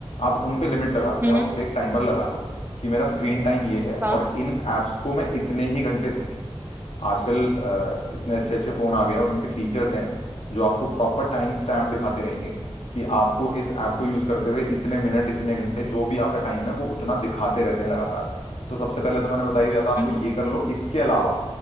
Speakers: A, on the left (about 85°); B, on the right (about 20°).
A: आप उन पे लिमिट लगा लो
B: हम्म
A: या उन पे एक टाइमर लगा लो कि मेरा स्क्रीन टाइम ये है और
B: हाँ
A: इन एप्स को मैं इतने ही घंटे दूंगी आजकल अ, इतने अच्छे अच्छे फोन आ गए हैं और उनके फीचर्स हैं जो आपको प्रॉपर टाइम स्टैम्प दिखाते रहेंगे कि आपको इस ऐप को यूज करते हुए इतने मिनट इतने घंटे जो भी आपका टाइम है वो उतना दिखाते रहते हैं लगातार तो सबसे पहले तो मैंने बता ही दिया था आपको
B: हम्म,
A: ये कर लो इसके अलावा